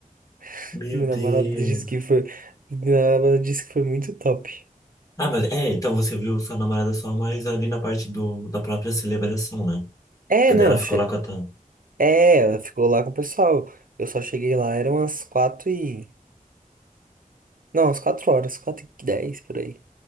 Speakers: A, on the right; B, on the left.
A: <laughs>
B: Meu
A: Meu
B: Deus.
A: namorado disse que foi. Meu namorado disse que foi muito top.
B: Ah, mas é, então você viu sua namorada só mais ali na parte do da própria celebração, né?
A: É,
B: Que daí
A: não,
B: ela ficou
A: achei.
B: lá com a Tam.
A: É, ela ficou lá com o pessoal. Eu só cheguei lá, eram umas quatro e. Não, umas quatro horas, quatro e dez por aí,